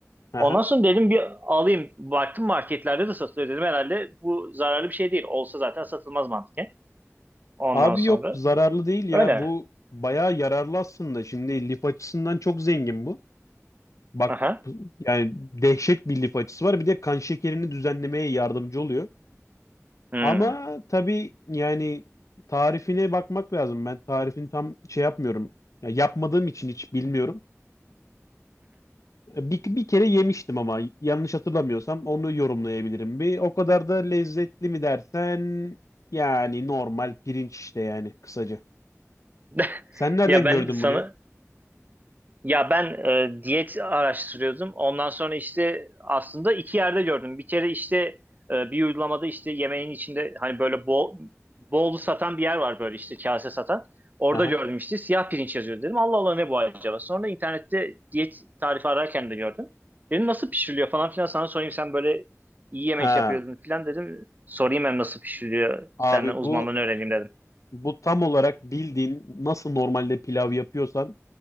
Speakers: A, on the left; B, on the right.
A: Aha.
B: Ondan sonra dedim bir alayım. Baktım marketlerde de satılıyor dedim herhalde bu zararlı bir şey değil. Olsa zaten satılmaz mantıken. Ondan
A: Abi
B: sonra
A: yok zararlı değil ya.
B: öyle.
A: Bu bayağı yararlı aslında. Şimdi lif açısından çok zengin bu. Bak
B: Aha.
A: bu- yani dehşet bir lif açısı var. Bir de kan şekerini düzenlemeye yardımcı oluyor.
B: Hmm.
A: Ama tabii yani tarifine bakmak lazım. Ben tarifini tam şey yapmıyorum. Ya yapmadığım için hiç bilmiyorum. Bir, bir kere yemiştim ama yanlış hatırlamıyorsam onu yorumlayabilirim bir. O kadar da lezzetli mi dersen yani normal pirinç işte yani kısaca.
B: <laughs>
A: Sen nereden
B: Ya ben
A: gördün
B: sana
A: bunu ya?
B: ya ben e, diyet araştırıyordum. Ondan sonra işte aslında iki yerde gördüm. Bir kere işte e, bir uygulamada işte yemeğin içinde hani böyle bol bol satan bir yer var böyle işte kase satan. Orada
A: Aha.
B: gördüm işte siyah pirinç yazıyor dedim. Allah Allah ne bu acaba? Sonra internette diyet tarifi ararken de gördüm. Dedim nasıl pişiriliyor falan filan sana sorayım sen böyle iyi yemek
A: Ha.
B: yapıyordun filan dedim. Sorayım hem nasıl pişiriliyor senden
A: Abi
B: uzmanlığını
A: bu
B: öğreneyim dedim.
A: bu tam olarak bildiğin nasıl normalde pilav yapıyorsan